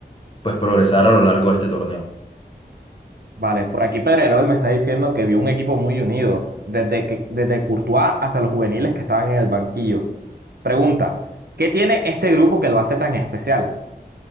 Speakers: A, on the left; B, on the right.
A: pues progresar a lo largo de este torneo.
B: Vale, por aquí Pedrerol me está diciendo que vio un equipo muy unido, desde que, desde Courtois hasta los juveniles que estaban en el banquillo. Pregunta, ¿qué tiene este grupo que lo hace tan especial?